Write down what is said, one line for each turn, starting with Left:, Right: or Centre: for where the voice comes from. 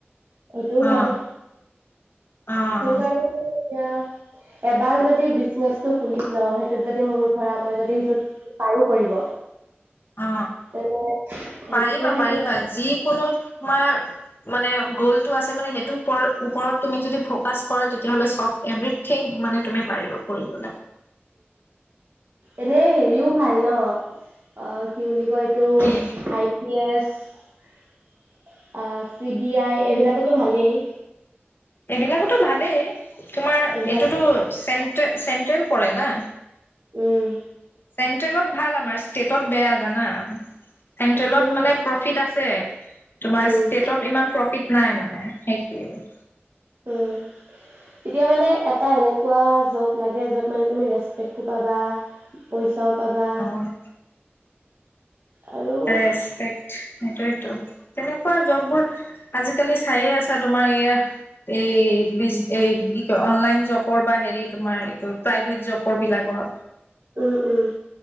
Right: এইটো
Left: অ
Right: হয়।
Left: অ
Right: সেইটো কাৰ এয়া, এবাৰ যদি বিজনেচটো খুলি লও সেইটোত যদি মোৰ ধৰা মই যদি পাৰো কৰিব
Left: অ
Right: তেনে সেইটোতে
Left: পাৰিবা
Right: থাকিম
Left: পাৰিবা, যিকোনো তোমাৰ মানে গ'লটো আছে মানে সেইটো পৰ ওপৰত তুমি যদি ফকাচ কৰা, তেতিয়াহলে চব এভৰিথিং মানে তুমি পাৰিব কৰিবলে।
Right: এনে হেৰিও ভাল ন, অ কি বুলি কি কয় এইটো,
Left: কি
Right: আই পি এছ আহ, চি বি আই এইবিলাকতো ভালেই।
Left: এইবিলাকোতো ভালেই তোমাৰ
Right: এইবিলাকতো
Left: এইটোতো চেণ্ট্ৰেল চেণ্ট্ৰেল পৰে না।
Right: উম।
Left: চেন্ট্ৰেলত ভাল আমাৰ, ষ্টেটত বেয়া জানা। চেন্ট্ৰেলত
Right: সেইটো হয়।
Left: মানে প্ৰফিত আছ পে তোমাৰ
Right: উম
Left: ষ্টেটত ইমান প্ৰফিট নাই মানে, সেইটোৱেই।
Right: উম, এতিয়া মানে এটা এনেকুৱা জ'ব লাগে য'ত মানে তুমি ৰেচপেক্টকো পাবা পইচাও পাবা
Left: অ
Right: আৰু
Left: ৰেচপেক্ট সেইটোয়তো। তেনেকুৱা জববোৰ আজিকালি চায়ে আছা তোমাৰ এইয়া এই, এই বিচ এই কি কয় অনলাইন জবৰ বা হেৰি তোমাৰ এইটো প্ৰাইভেট জবৰ বিলাকৰ।
Right: উম উম,